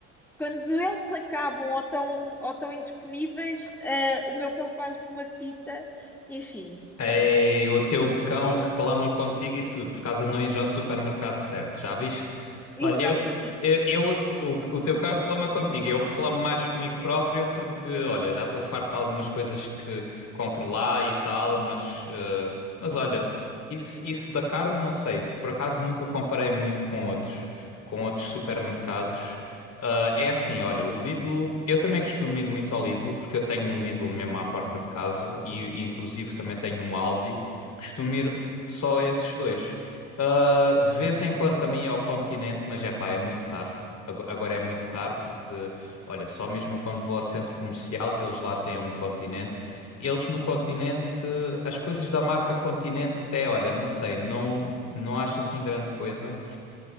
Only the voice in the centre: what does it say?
quando eles acabam ou estão, ou estão indisponíveis, ah, o meu cão faz-me uma fita, enfim,
exatamente.